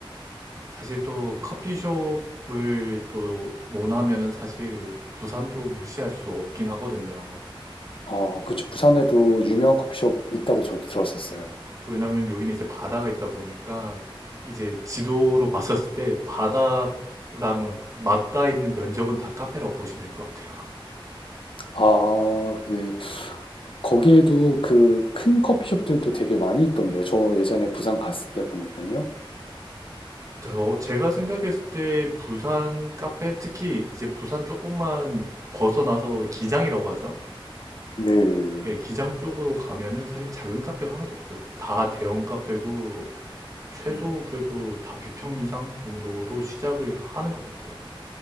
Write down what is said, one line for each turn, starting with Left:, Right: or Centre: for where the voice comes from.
Right: 사실 또 커피숍을 또 논하면은 사실 부산도 무시할 수 없긴 하거든요.
Left: 어 그쪽 부산에도 유명한 커피숍 있다고 저도 들었었어요.
Right: 왜냐면 여기는 이제 바다가 있다 보니까 이제 지도로 봤었을 때 바다랑 맞닿아 있는 면적은 다 카페라고 보시면 될 것 같아요.
Left: 아, 네. 거기에도 그 큰 커피숍들도 되게 많이 있던데요. 저 예전에 부산 갔을 때 보니까요.
Right: 저 제가 생각했을 때 부산 카페 특히 이제 부산 조금만 벗어나서 기장이라고 하죠.
Left: 네.
Right: 예, 기장 쪽으로 가면은 사실 작은 카페가 하나도 없죠. 다 대형 카페고 최소
Left: 음.
Right: 그래도 다 100평 이상 정도로 시작을 하는 것 같아요.